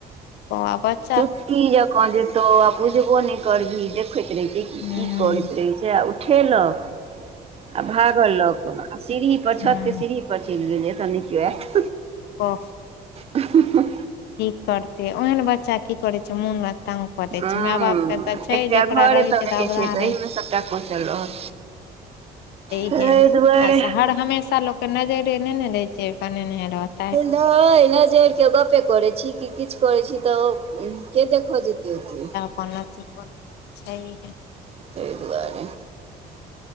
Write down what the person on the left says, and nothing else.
ओ आफैत
हूँ
हूँ
अ।
की करतय ओहेन बच्चा की करय छैय मोन आ तंग पते
छैय माय बापके तऽ छैय
जकरा
रहय
छैय तऽ
अबराह
रहय
छैय।
छैहे
आ स हर हमेशा लोकके नजरे नहि ने रहय छैैय बनेने रहल।
आनलक सीट पर छैयहे